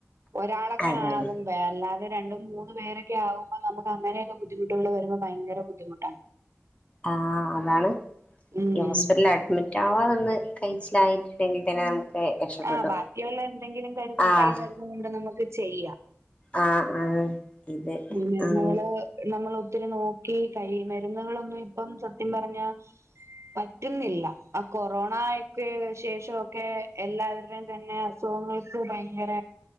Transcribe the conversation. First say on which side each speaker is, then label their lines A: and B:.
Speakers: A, on the right; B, on the left.
A: ഒരാളൊക്കെ
B: അതാണ്
A: ആകുബെ അല്ലാതെ രണ്ടും മൂന്നു പേരൊക്കെ ആകുമ്പോ നമുക്ക് അങ്ങനെയൊക്കെ ബുദ്ധിമുട്ടുകൾ വരുമ്പോ ഭയങ്കര ബുദ്ധിമുട്ടാണ്
B: ആഹ് അതാണ്
A: ഉം
B: ഗ്യാസ് അഡ്മിറ്റ് ആവാതന്ന് കഴിച്ചിലായിട്ടുണ്ടെങ്കിൽ തന്നെ നമുക്ക് രക്ഷപ്പെട്ടു
A: ആഹ് ബാക്കിയുള്ള എന്തെങ്കിലും കാര്യങ്ങൾ
B: ആഹ്
A: കൈമരുന്ന് കൊണ്ട് നമുക്ക് ചെയ്യാ
B: ആഹ് ആഹ് ഇത്
A: കൈമരുന്നുകള്
B: ആഹ്
A: നമ്മൾ ഒത്തിരി നോക്കി കൈ മരുന്നുകളൊന്നും ഇപ്പം സത്യം പറഞ്ഞ പറ്റുന്നില്ല അ കൊറോണ ആയിറ്റ് ശേശോ ക്കെ എല്ലാവരുടെയും തന്നെ അസുഖങ്ങൾക്ക് ഭയങ്കര